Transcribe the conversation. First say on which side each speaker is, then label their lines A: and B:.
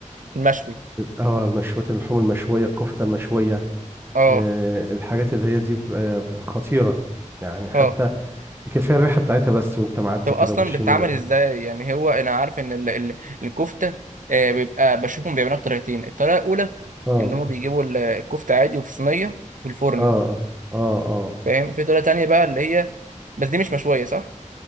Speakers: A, on the right; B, on the right.
A: المشوي
B: اه المشويات اللحوم المشويه الكفته المشويه
A: اه
B: آه الحاجات اللي هي دي بتبقى خطيره يعني حتى
A: اه
B: كفايه الريحه بتاعتها بس وانت معدي
A: طب اصلا
B: كده وبتشم
A: بتتعمل
B: الريحه
A: ازاي يعني هو انا عارف ان ال... ال... الكفته آه بيبقى بشوفهم بيعملوها بطريقتين الطريقه الاولى
B: اه
A: ان هم بيجيبوا ال- الكفته عادي وفي صينيه في الفرن
B: اه اه اه اه
A: فاهم في طريقه تانية بقى اللي هي بس دي مش مشويه صح